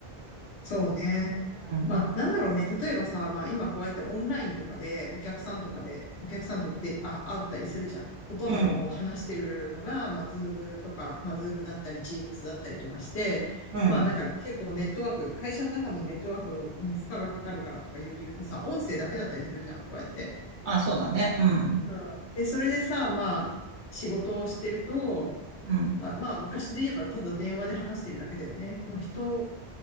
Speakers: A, on the left; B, on the right.
A: そうね。
B: うん。
A: まあ、なんだろうね。例えばさ、まあ今こうやってオンラインとかでお客さんとかで、お客さんとって、あ、会ったりするじゃん。ほとんどこう話してるのが、
B: うん。
A: まあズームとか、まあズームだったり、チームスだったりとかして、
B: うん。
A: まあなんか結構ネットワーク、会社の中のネットワークに負荷がかかるからとかいう理由でさ、音声だけだったりするじゃん、こうやって。
B: あ、そうだね。うん。
A: うん。で、それでさ、まあ仕事をしてると、
B: うん。
A: まあまあ昔で言えばただ電話で話してるだけだよね。の人